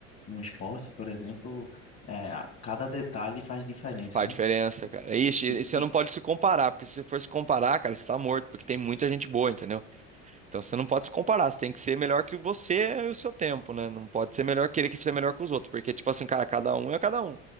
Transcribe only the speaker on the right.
Faz
diferença,
cara. Ixi,
e você
não
pode se comparar, porque se você for se comparar, cara, você tá morto, porque tem muita gente boa, entendeu? Então você não pode se comparar, você tem que ser melhor que você e o seu tempo, né? Não pode ser melhor que ele que ser melhor que os outros, porque, tipo assim, cara, cada um é cada um.